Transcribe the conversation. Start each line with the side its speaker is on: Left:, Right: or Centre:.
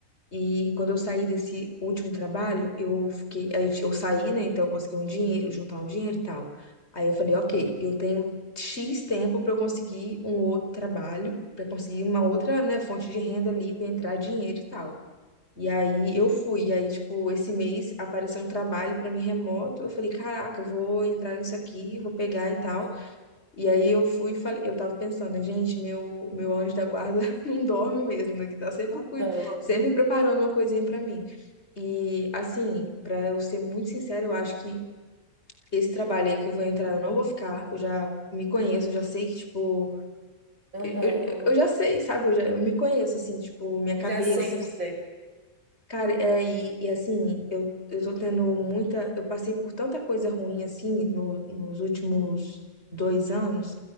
Left: E quando eu saí desse último trabalho, eu fiquei, aí eu saí, né? Então eu consegui um dinheiro, juntar um dinheiro e tal. Aí eu falei, ok, eu tenho X tempo pra eu conseguir um outro trabalho, pra conseguir uma outra, né, fonte de renda ali, pra entrar dinheiro e tal. E aí eu fui, e aí, tipo, esse mês apareceu um trabalho pra mim remoto. Eu falei, caraca, eu vou entrar nisso aqui, vou pegar e tal.
Right: aham.
Left: E aí eu fui e falei, eu tava pensando, né, gente, meu, meu anjo da guarda <laughs> não dorme mesmo, né? Que tá sempre, cuid-
Right: Não, não,
Left: sempre
Right: não.
Left: preparando uma coisinha pra mim. E assim, pra eu ser muito sincera, eu acho que esse trabalho aí que eu vou entrar, eu não vou ficar. Eu já me conheço, eu já sei que, tipo,
Right: Aham.
Left: eu, eu, eu já sei, sabe? Eu já, eu me conheço, assim, tipo, minha
Right: Tu
Left: cabeça.
Right: já sente, né?
Left: Cara, é, e, e assim, eu, eu tô tendo muita. Eu passei por tanta coisa ruim, assim, no- nos últimos dois anos,